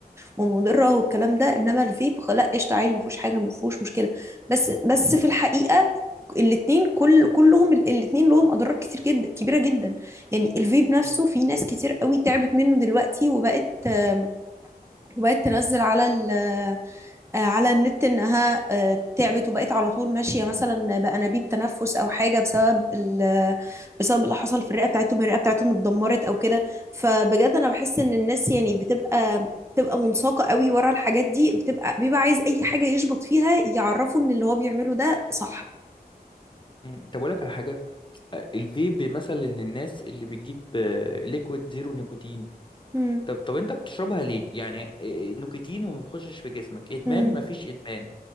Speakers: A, on the right; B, on the left.
A: ومضرة والكلام ده انما الفيب خ- لا قشطة عادي مفيهوش حاجة مفيهوش مشكلة بس بس في الحقيقة الاتنين كل كلهم الاتنين لهم اضرار كتير جدا كبيرة جدا يعني الفيب نفسه
B: م-
A: في ناس كتير قوي تعبت منه دلوقتي وبقت آم، وبقت تنزل على ال آه، على النت انها آه، تعبت وبقت على طول ماشيه مثلا بانابيب تنفس او حاجه بسبب ال- بسبب اللي حصل في الرئه بتاعتهم الرئه بتاعتهم اتدمرت او كده فبجد انا بحس ان الناس يعني بتبقى بتبقى منساقه قوي ورا الحاجات دي بتبقى بيبقى عايز اي حاجه يشبط فيها يعرفوا ان اللي هو بيعمله ده صح
B: م. طب اقول لك على حاجه آه، الفيب مثلا الناس اللي بتجيب ليكويد زيرو نيكوتين
A: مم.
B: طب طب انت بتشربها ليه يعني إيه، نيكوتين وما بتخشش في جسمك ادمان
A: مم.
B: مفيش ادمان